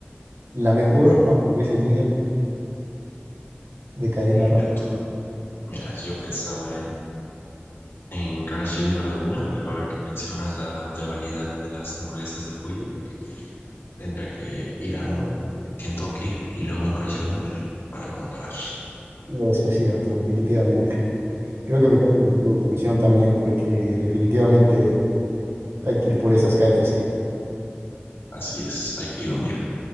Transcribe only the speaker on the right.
La mejor
hamburguesería de cadena
rápida.
Eso es cierto, definitivamente. Creo que me quedo con tu conclusión también porque definitivamente hay que ir por esas KFC.